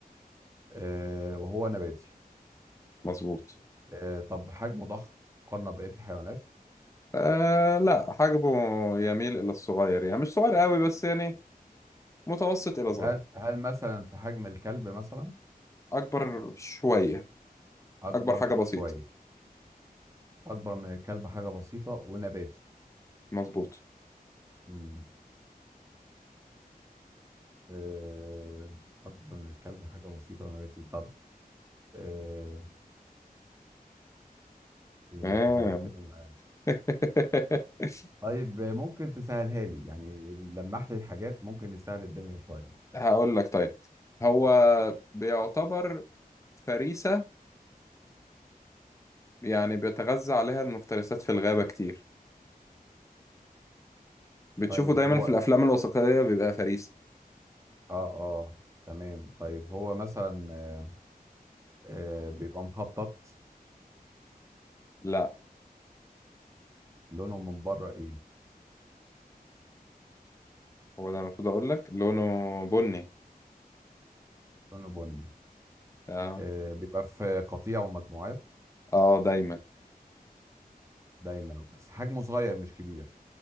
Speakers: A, on the right; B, on the left.
A: آه، وهو نباتي
B: مظبوط
A: آه، طب حجمه ضخم مقارنة ببقية الحيوانات
B: آه لا حجمه يميل الى الصغير يعني مش صغير قوي بس يعني متوسط الى صغير
A: هل هل مثلا في حجم الكلب مثلا
B: اكبر شويه
A: اكبر
B: اكبر حاجه بسيطه
A: شوية اكبر من الكلب حاجة بسيطة ونباتي
B: مظبوط
A: مم. أه... أكبر من الكلب حاجة بسيطة ونباتي طب أه... إيه
B: آه.
A: أنت حيرتني معاك
B: <laughs>
A: طيب آه، ممكن تسهلها لي يعني لمح لي الحاجات ممكن تسهل الدنيا شوية
B: هقول لك طيب هو بيعتبر فريسة يعني بيتغذى عليها المفترسات في الغابة كتير بتشوفه
A: طيب
B: دايما
A: هو
B: في الأفلام الوثائقية بيبقى فريسة
A: آه آه تمام طيب هو مثلا آه آه بيبقى مخطط
B: لا
A: لونه من بره إيه؟
B: هو ده المفروض أقول لك لونه بني
A: لونه بني
B: آه.
A: آه بيبقى في قطيع ومجموعات
B: آه دايما
A: دايما بس حجمه صغير مش كبير